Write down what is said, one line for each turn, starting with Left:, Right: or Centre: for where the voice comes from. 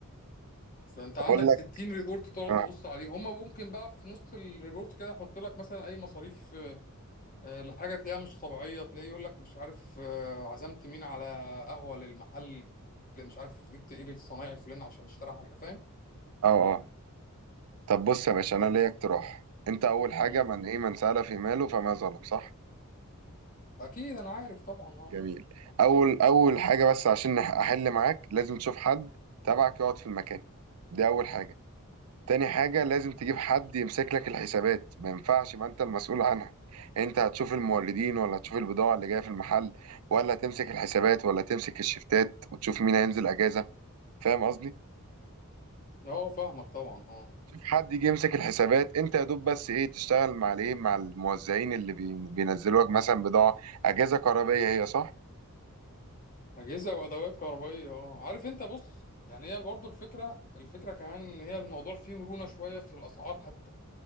Left: فانت
Right: بقول
Left: عندك
Right: لك
Left: 60 ريبورت تقعد
Right: اه
Left: تبص عليهم هما ممكن بقى في نص الريبورت كده يحط لك مثلا اي مصاريف آه، آه، لحاجه تلاقيها مش طبيعيه تلاقيه يقول لك مش عارف آه، عزمت مين على قهوه للمحل مش عارف جبت ايه للصنايعي فلان عشان اشترى حاجه فاهم
Right: اه اه طب بص يا باشا
Left: ف...
Right: انا ليا اقتراح انت اول حاجه
Left: مم.
Right: من ايه من سأل في ماله فما ظلم صح
Left: اكيد انا عارف طبعا اه
Right: جميل اول اول حاجه بس عشان نح- احل معاك لازم تشوف حد تبعك يقعد في المكان دي اول حاجه تاني حاجه لازم تجيب حد يمسك لك الحسابات ما ينفعش ما انت المسؤول عنها انت هتشوف الموردين ولا هتشوف البضاعه اللي جايه في المحل ولا تمسك الحسابات ولا تمسك الشفتات وتشوف مين هينزل اجازه فاهم قصدي
Left: اه فاهمك طبعا اه
Right: حد يجي يمسك الحسابات انت يا دوب بس ايه تشتغل مع الايه مع الموزعين اللي بي- بينزلوا لك مثلا بضاعه اجهزه كهربائيه هي صح
Left: اجهزه وادوات كهربائيه اه عارف انت بص يعني هي برضو الفكره الفكره كمان ان هي الموضوع فيه مرونه شويه في الاسعار حتى